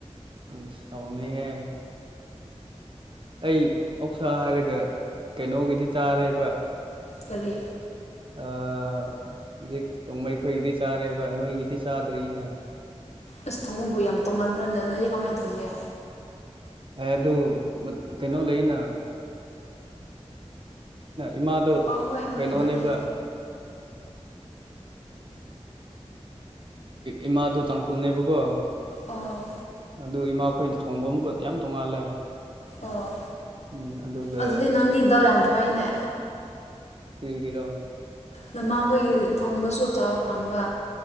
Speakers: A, on the right; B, on the left.
A: ꯎꯝ ꯑꯁ ꯍꯥꯎꯅꯤ ꯍꯦ ꯑꯩ ꯑꯣꯛꯁꯥ ꯍꯥꯏꯔꯒ ꯀꯩꯅꯣꯒꯤꯗꯤ ꯆꯥꯔꯦꯕ
B: ꯀꯔꯤ
A: ꯑꯥ ꯍꯧꯖꯤꯛ ꯔꯣꯡꯃꯩꯈꯣꯏꯒꯤꯗꯤ ꯆꯥꯔꯦꯕ ꯅꯣꯏꯒꯤꯗꯤ ꯆꯥꯗ꯭ꯔꯤꯅꯦ
B: ꯑꯁ ꯊꯣꯡꯕꯕꯨ ꯌꯥꯝ ꯇꯣꯡꯉꯥꯟꯗꯕ꯭ꯔꯅꯦ ꯅꯣꯏꯗꯤ ꯀꯃꯥꯏꯅ ꯊꯣꯡꯒꯦ
A: ꯑꯦ ꯑꯗꯨ ꯃꯠ ꯀꯩꯅꯣ ꯂꯩꯌꯦꯅ ꯏꯃꯥꯗꯣ
B: ꯑꯥ ꯍꯣꯏ ꯍꯣꯏ
A: ꯀꯩꯅꯣꯅꯦꯕ
B: ꯑꯗꯨꯗꯤ
A: ꯏꯃꯥꯗꯨ ꯇꯥꯡꯈꯨꯜꯅꯦꯕꯀꯣ
B: ꯑꯣ
A: ꯗꯨ ꯏꯃꯥꯈꯣꯏꯅ ꯊꯣꯡꯕ ꯑꯃꯨꯛꯀ ꯌꯥꯝ ꯇꯣꯡꯉꯥꯜꯂꯦ
B: ꯑꯣ
A: ꯎꯝ ꯑꯗꯨꯒ
B: ꯑꯗꯨꯗꯤ ꯅꯪꯗꯤ ꯗꯥꯎ ꯌꯥꯝ ꯐꯩꯅꯦ
A: ꯀꯔꯤꯒꯤꯔꯣ
B: ꯅꯃꯥ ꯍꯣꯏꯒꯤ ꯈꯣꯡꯕꯁꯨ ꯆꯕ ꯐꯪꯕ